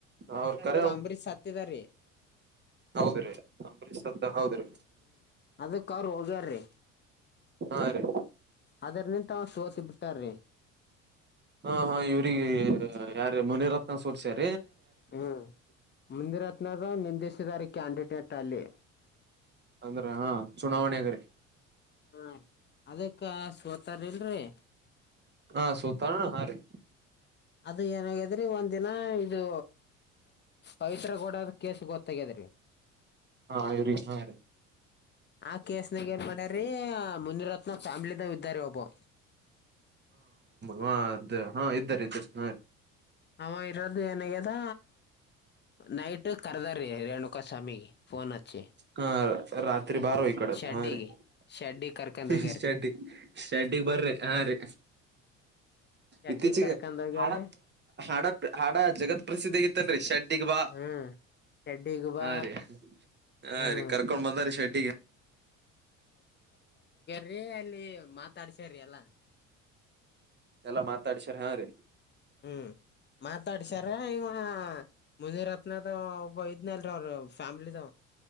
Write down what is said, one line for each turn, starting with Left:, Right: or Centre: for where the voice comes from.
Right: ಅವ್ರ ಕರೆ
Left: ಅಂಬರೀಷ್ ಸತ್ತಿದಾರಿ
Right: ಹೌದ್ರೀ ಅಂಬರೀಶ್ ಸತ್ತಾಗ ಹೌದ್ರಿ
Left: ಅದಕ್ಕ ಅವ್ರ ಹೋಗಾರೀ
Right: ಹಾ ರೀ
Left: ಅದ್ರ ನಿಂತ ಅವ ಸೋತಿ ಬಿಟ್ಟಾರಿ
Right: ಹಾ ಹಾ ಇವ್ರಿಗೆ ಯಾರ ಮುನಿರತ್ನ ಸೋಲ್ಸೆರಿ
Left: ಹ್ಮ ಮುನಿರತ್ನ ಹತ್ನಾರ ನಿಂದೇಶ ಕ್ಯಾಂಡಿಡೇಟ್ ಅಲ್ಲಿ
Right: ಅಂದ್ರೆ ಹಾ ಚುನಾವಣೆ ಅಗ್ರ
Left: ಹಾ ರೀ ಅದಕ್ಕ ಸೋತಾರ ಇಲ್ರಿರಿ
Right: ಹಾ ಸೂತಾರ ಹಾ ರಿ
Left: ಅದ ಏನಾಗಿದ್ರಿ ಒಂದ ದಿನ ಇದು ಪವಿತ್ರ ಕೋಡ್ ಕ ಕೇಸ್ ಗೊತ್ತಾಗ್ಯದೀ
Right: ಹಾರಿ ಹಾ
Left: ಆ ಕೇಸ್ನಾಗ ಏನ್ ಮಾಡ್ಯಾರೀ ಮುನಿರತ್ನ ನಾವ್ ಫ್ಯಾಮಿಲಿದ ಇದ್ದಾರೆ ಒಬ್ಬ
Right: ಹ ಅ ಹಾ ಇದ್ದಾರೆ ಇದಾರೆ ಹ
Left: ಹ ಇರದು ಏನ್ ದ ನೈಟ್ ಕದ ರೀ ರೇಣುಕಾ ಸ್ವಾಮಿಗೆ ಫೋನ್ ಅಚ್ಚಿ
Right: ಹಾ ರಾತ್ರಿ ರಿ ಬಾರೋ ಈ ಕಡೆ ಅಂತ
Left: ಶೆಡ್ಡಿಗೆ ಶೆಡ್ಡಿಗೆ ಕರ್ಕೊಂಡ್ ಹೋಗ್ಯಾರಿ
Right: ಶಡ್ಡಿ ಶೆಡ್ಡಿಗ್ ಬರ್ರಿ ಹಾ ರೀ
Left: ಶೆಡ್ಡಿಗೆ
Right: ಇತ್ತೀಚಿಗೆ
Left: ಕರ್ಕೊಂಡ್ ಹೋಗ್ಯಾರಿ
Right: ಹಡ ಹಾಡ ಹಾಡ ಜಗತ್ ಪ್ರಸಿದ್ಧಿಗಿತ್ತನ್ರಿ ಶೆಡ್ಡಿಗ್ ಬಾ
Left: ಹ್ಮ್ ಶೆಡ್ಡಿಗೆ ಬಾ
Right: ಹ ರೀ ಹಾ
Left: ಹ್ಮ್
Right: ರೀ ಕರ್ಕೊಂಡ್ ಬಂದಾರೀ ಶೆಡ್ <inaudible>
Left: ರಿ ಅಲ್ಲಿ ಮಾತಾಡ್ಸ್ರ ಅಲ್ಲಾ
Right: ಎಲ್ಲಾ ಮಾತಾಡ್ಸರಿ ಹಾ ರೀ
Left: ಹ್ಮ್ ಮಾತಾಡ್ಸಾರ ಈವ ಮುನಿರತ್ನದ ಒಬ್ಬ ಇದ್ನಲ್ರ ಅವ್ರ ಫ್ಯಾಮ್ಲಿದ